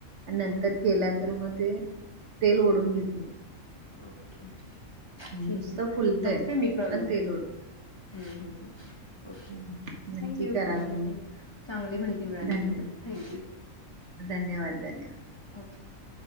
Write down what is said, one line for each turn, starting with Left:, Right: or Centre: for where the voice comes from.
Left: हा
Right: <inaudible> केला तर मगते. तेल ओढून घेते.
Left: ओके, ठीकआहे.
Right: नुसतं फुलतय
Left: बघते मी करून.
Right: पण तेल ओढत
Left: हम्म.. हम्.. हंम.. ओके.
Right: हम्म, नक्की
Left: थँक्यू
Right: करा
Left: तुमच्याकडून
Right: बघून
Left: चांगली माहिती मिळाली.
Right: धन्यवाद
Left: त्याबद्दल थँक्यू.
Right: <inaudible> धन्यवाद <inaudible> धन्यवाद
Left: ओके